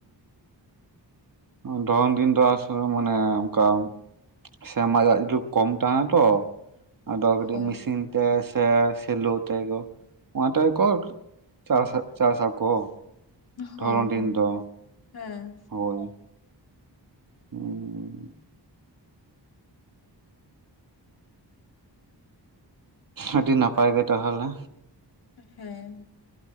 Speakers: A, on the right (about 50°); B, on the left (about 55°).
A: ᱫᱷᱚᱨᱚᱱ ᱫᱤᱱ ᱫᱚ ᱟᱥᱚᱞᱮ ᱢᱟᱱᱮ ᱚᱱᱠᱟ ᱥᱮᱨᱢᱟ ᱫᱟᱜ ᱡᱩ‌ ᱠᱚᱢ ᱛᱟᱦᱮᱱᱟ ᱛᱚ ᱟᱫᱚ
B: ᱦᱳᱭ
A: ᱠᱟᱹᱴᱤᱡ ᱢᱤᱥᱤᱱ ᱛᱮ ᱥᱮ ᱥᱮᱞᱳ ᱛᱮ ᱜᱚ ᱚᱱᱟᱛᱮ ᱜᱮ ᱠᱚ ᱪᱟᱥᱟ ᱪᱟᱥ ᱟᱠᱚ ᱫᱷᱚᱨᱚᱱ
B: ᱦᱳᱭ
A: ᱫᱤᱱ
B: ᱦᱳᱭ
A: ᱫᱚ,
B: ᱦᱮᱸ
A: ᱦᱳᱭ᱾ ᱦᱩᱸ᱾ ᱟᱹᱰᱤ ᱱᱟᱯᱟᱭ ᱜᱮ ᱴᱟᱦᱚᱞᱮ᱾
B: ᱦᱮᱸ᱾